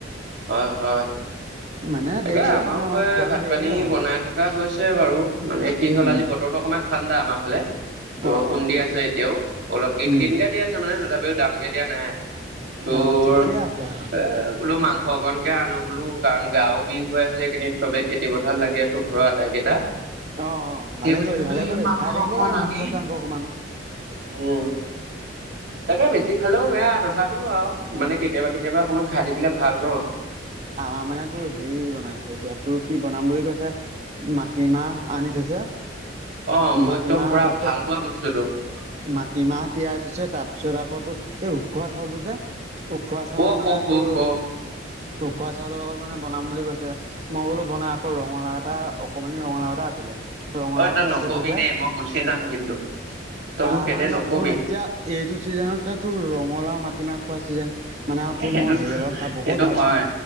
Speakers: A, on the right; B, on the right.
A: হয় হয়,
B: মানে
A: তাকে
B: দেৰিয়ে
A: আমাৰো
B: মানে আমাৰ
A: সেই
B: খোৱাটো
A: ভাত
B: দেৰিয়ে
A: পানী
B: হয়।
A: বনাই থকা - থকা হৈছে বাৰু, মানে কি হ'ল
B: উম,
A: আজি বতৰটো অকমান ঠাণ্ডা আমাৰ ফালে। বৰষুণ
B: অ',
A: দি আছে এতিয়াও অলপ কিন
B: উম,
A: কিনকে দি আছে মানে তথাপিও ডাঙৰ কে - দিয়া নাই, তোৰ
B: অ', ঠিকেই
A: -
B: আছে।
A: এ বোলো মাংস অকনকে আনো বোলো কাৰণ গাও - বিষ হৈ আছে এইকেইদিন চবেই খেতি পথাৰত লাগি আছো ঘৰৰ আটাইকেইটা।
B: অ অ
A: সেই
B: ভালেই
A: বুলি
B: কৰিলি
A: ভাবি
B: ভালেই কৰিলি,
A: মাংস
B: খাই থাকিব
A: অকণ
B: লাগে
A: আনি
B: মাংস চাংস অকমানো।
A: উম। তাকে বেছি খালেও বেয়া তথাপিও আও মানে কেতিয়াবা কেতিয়াবা অকণমান খাই থাকিলে ভাল ন।
B: আমাৰ মানে তোৰ হেৰি বনাইছে এতিয়া তোৰ কি বনাম বুলি কৈছে? মাটিমাহ আনি থৈছে।
A: অ মোৰ
B: মাটিমাহ
A: একদম পুৰা
B: তাৰপিছত
A: ভাল পোৱা বস্তুটো এইটো।
B: মাটিমাহ তিয়াই থৈছে তাৰপিছত আকৌ তোৰ এই উখোৱা চাউলটো যে - উখোৱা চাউল
A: অ হ
B: মানে
A: হ
B: তোৰ
A: হ
B: উখোৱা চাউলৰ লগত মানে বনাম বুলি কৈছে। মই বোলো বনাই আকৌ ৰঙাও এটা অকমানি ৰঙালাও এটা আছিলে - ৰঙালাওটো
A: অ তই নকবি
B: কাটি থৈছে,
A: দেই মই গুচি যাম কিন্তু তই
B: আহ
A: মোক সেইদে
B: মানে মই
A: নকবি
B: শুন এতিয়া - এইটো ছিজনতে টো ৰঙালাও মাটিমাহ খোৱা ছিজন। মানে আৰু
A: এ
B: তোৰ
A: সেইটো
B: মই হেৰিয়ৰ লগত খাই বহুত
A: সেইটো
B: ভাল
A: হয়
B: পাওঁ।